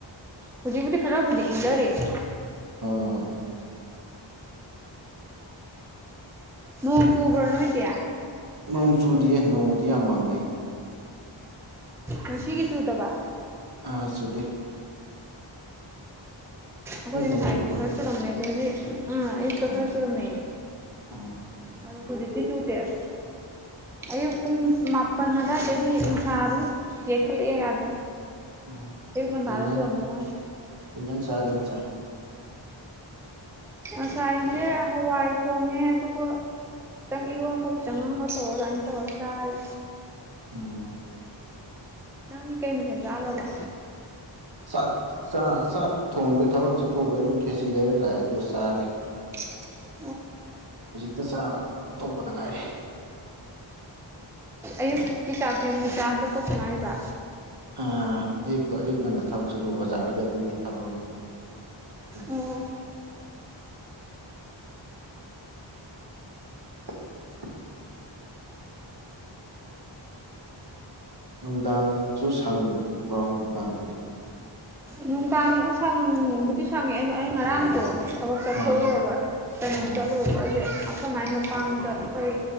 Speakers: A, in the centre; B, on the right.
A: ꯍꯧꯖꯤꯛꯄꯨꯗꯤ ꯈꯔꯕꯨꯗꯤ ꯏꯪꯗꯔꯛꯑꯦ
B: ꯍꯣꯏ
A: ꯅꯣꯡ ꯆꯨꯕ꯭ꯔꯣ ꯅꯣꯏꯗꯤ
B: ꯅꯣꯡ ꯆꯨꯗꯤꯌꯦ ꯅꯣꯡꯕꯨꯗꯤ ꯌꯥꯝ ꯃꯪꯉꯦ
A: ꯉꯁꯤꯒꯤ ꯆꯨꯗꯕ
B: ꯑꯥ ꯆꯨꯗꯦ
A: ꯎꯝ
B: ꯅꯣꯏ
A: ꯑꯩꯈꯣꯢꯗꯤ
B: ꯑꯗꯣꯝ
A: ꯉꯁꯥꯢ
B: ꯆꯨꯕ꯭ꯔꯣ
A: ꯑꯌꯨꯛꯇꯤ ꯈꯔ ꯆꯨꯔꯝꯃꯦ ꯑꯗꯨꯗꯩꯗꯤ ꯑꯥ ꯑꯌꯨꯛꯇ
B: ꯑꯣ
A: ꯈꯔ ꯆꯨꯔꯝꯃꯦ
B: ꯑꯣ
A: ꯑꯗꯣ ꯍꯧꯖꯤꯛꯇꯤ ꯆꯨꯗꯦ ꯑꯁ ꯑꯌꯨꯛ ꯄꯨꯡ ꯃꯥꯄꯜ ꯑꯗ꯭ꯋꯥꯏꯗꯩꯗꯤ ꯅꯨꯡꯁꯥ ꯑꯗꯨꯝ ꯌꯩꯈꯠꯂꯛꯑꯦ ꯌꯥꯗ꯭ꯔꯦ
B: ꯎꯝ
A: ꯑꯌꯨꯛ ꯉꯟꯇꯥꯗ
B: ꯀꯩ ꯏꯟꯖꯥꯡ
A: ꯆꯨꯔꯝꯕꯩ ꯋꯥꯅꯦ
B: ꯀꯩ ꯢꯟꯖꯥꯡ ꯆꯥꯒꯦ ꯉꯁꯥꯢ
A: ꯉꯁꯥꯏꯖꯦ ꯍꯋꯥꯏ ꯊꯣꯡꯉꯦ ꯑꯗꯨꯒ ꯈꯤꯇꯪ ꯏꯔꯣꯟꯕ ꯈꯤꯇꯪ ꯑꯝꯒ ꯇꯧꯔ ꯑꯗꯥꯢꯟ ꯇꯧꯔ ꯆꯥꯔꯦ
B: ꯎꯝ
A: ꯅꯪꯗꯤ ꯀꯩ ꯃꯊꯦꯟ ꯆꯥꯒ꯭ꯔꯕ
B: ꯆꯥꯛ ꯆ ꯆꯥꯛ ꯊꯣꯡꯗꯦ ꯊꯕꯛ ꯆꯠꯊꯣꯛꯎꯕꯩ ꯑꯗꯨꯝ ꯈꯦꯆꯤ ꯂꯩꯔ ꯂꯥꯛꯑꯦ ꯑꯗꯨꯒ ꯆꯥꯔꯦ
A: <inaudible>
B: ꯍꯨꯖꯤꯛꯇ ꯆꯥꯕ ꯇꯣꯛꯄꯗ ꯉꯥꯏꯔꯤ
A: ꯑꯌꯨꯛꯀꯤ ꯆꯥꯛꯁꯦ ꯍꯨꯖꯤꯛ ꯆꯥꯕꯗ ꯇꯣꯛꯇ ꯉꯥꯏꯔꯤꯕ
B: ꯑꯥ ꯑꯌꯨꯛ ꯇꯣꯑꯦ ꯑꯌꯨꯛ ꯉꯟꯅ ꯊꯕꯛ ꯆꯠꯂꯨ ꯕꯖꯥꯔꯗ ꯀꯩꯗ ꯑꯩꯒꯤ ꯊꯕꯛ ꯑꯝꯒꯤ ꯎꯝ
A: ꯑꯣ
B: <inaudible> ꯅꯨꯡꯗꯥꯡꯁꯨ ꯁꯪꯕ꯭ꯔꯣ ꯅꯨꯡꯗꯥꯡꯗꯤ
A: ꯅꯨꯡꯗꯥꯡꯗꯣ ꯁꯪꯕꯨꯗꯤ ꯁꯪꯉꯦ ꯑꯩ ꯉꯔꯥꯡꯗꯣ ꯊꯕꯛ ꯆꯠꯊꯣꯛꯎꯔꯕ
B: ꯑꯥ
A: ꯀꯩꯅꯣ
B: ꯑꯣ
A: ꯆꯠꯂꯨꯔꯕ ꯑꯩꯁꯦ ꯑꯈꯣꯢ ꯃꯥꯢ ꯃꯄꯥꯥꯝꯗ ꯑꯈꯣꯏ